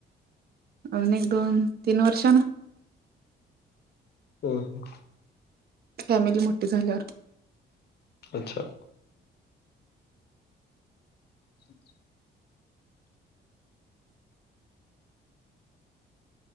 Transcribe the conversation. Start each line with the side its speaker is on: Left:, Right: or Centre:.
Right: अजून एक, दोन, तीन वर्षांना
Left: हम् हम
Right: फॅमिली मोठी झाल्यावर
Left: अच्छा हं